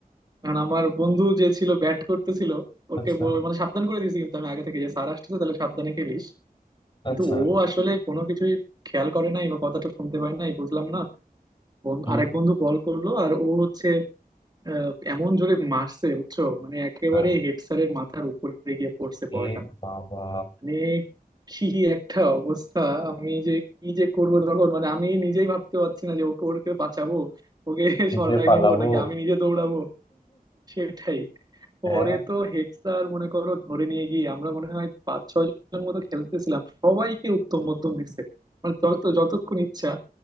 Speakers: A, on the right; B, on the left.
A: কারণ আমার বন্ধু যে ছিল ব্যাট করতেছিল ওকে
B: আচ্ছা
A: ব- মানে সাবধান করে দিয়েছি কিন্তু আমি আগে থেকে যে স্যার আসতেছে তাহলে সাবধানে খেলিস কিন্তু
B: আচ্ছা
A: ও আসলে কোনো কিছুই খেয়াল করে নাই বা কথাটা শুনতে পারে নাই বুঝলাম না বন-
B: হুম
A: আরেক বন্ধু বল করলো আর ও হচ্ছে আহ, এমন জোরে মারছে বুঝছো মানে একেবারে
B: আহ,
A: হেড স্যারের মাথার উপরে গিয়ে পড়ছে বলটা
B: এ বাবা
A: মানে কি একটা অবস্থা আমি যে কি যে করব তখন মানে আমি নিজেই ভাবতে পারছি না যে ওকে ওকে বাঁচাবো ওকে <laughs> সরায়
B: যে পালাবো
A: নিব নাকি আমি নিজে দৌড়াবো সেটাই পরে
B: হ্যাঁ
A: তো হেড স্যার মনে করো ধরে নিয়ে গিয়ে আমরা মনে হয় পাঁচ ছয় জন মতো খেলতেছিলাম সবাইকে উত্তম মধ্যম দিছে মানে যত যতক্ষণ ইচ্ছা